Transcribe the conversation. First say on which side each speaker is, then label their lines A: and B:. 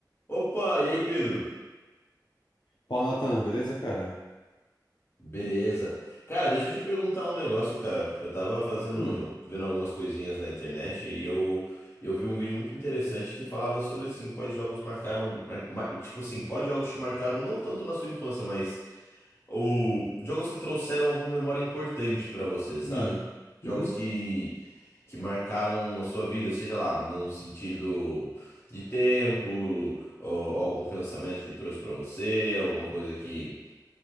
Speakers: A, on the left; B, on the left.
A: Opa, e aí, Pedro?
B: Fala, Natan, beleza, cara?
A: Beleza. Cara, deixa eu te perguntar um negócio, cara. Eu tava fazendo,
B: Hum,
A: vendo algumas coisinhas na internet e eu, eu vi um vídeo muito interessante que falava sobre assim, quais jogos marcaram, mar- mar- tipo assim, quais jogos te marcaram não tanto na sua infância, mas o jogos que trouxeram alguma memória importante pra você, sabe?
B: hum,
A: Jogos
B: uhum,
A: que que marcaram a sua vida, seja lá num sentido de tempo, ou algum pensamento que trouxe pra você, alguma coisa que